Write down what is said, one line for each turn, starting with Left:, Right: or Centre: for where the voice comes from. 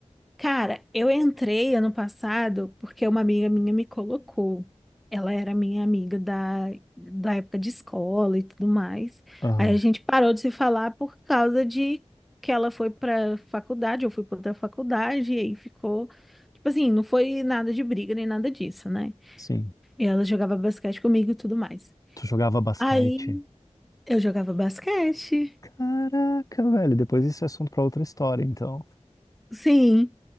Centre: Cara, eu entrei ano passado porque uma amiga minha me colocou. Ela era minha amiga da, da época de escola e tudo mais.
Left: aham,
Centre: Aí a gente parou de se falar por causa de que ela foi pra faculdade, eu fui pra outra faculdade, e aí ficou. Tipo assim, não foi nada de briga nem nada disso, né?
Left: sim.
Centre: E ela jogava basquete comigo e tudo mais.
Left: Tu jogava basquete?
Centre: Aí eu jogava basquete.
Left: Caraca, velho, depois isso é assunto pra outra história, então.
Centre: Sim.